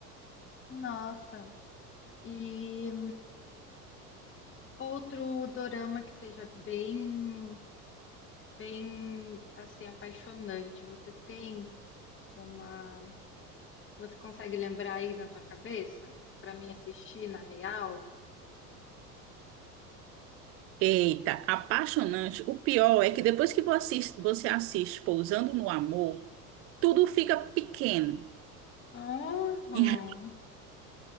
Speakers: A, on the left (about 25°); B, on the right (about 30°).
A: Nossa, e outro dorama que seja bem bem assim apaixonante. Você tem uma, você consegue lembrar aí na tua cabeça para mim assistir na real?
B: Eita, apaixonante. O pior é que depois que você assiste, você assiste Pousando no Amor, tudo fica pequeno.
A: Aham,
B: Em